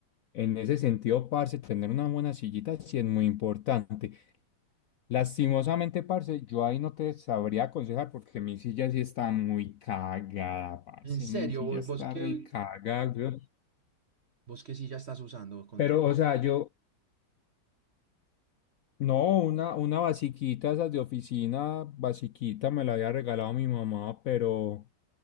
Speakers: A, on the left; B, on the right.
A: En ese sentido, parce, tener una buena sillita sí es muy importante. Lastimosamente, parce, yo ahí no te sabría aconsejar porque mi silla sí está muy cagada, parce.
B: En serio,
A: Mi silla
B: vos,
A: está
B: vos que
A: recagada. weón.
B: vos que sí ya estás usando con
A: Pero,
B: ta-
A: o sea, yo, no, una, una basiquita, esas de oficina, basiquita, me la había regalado mi mamá, pero.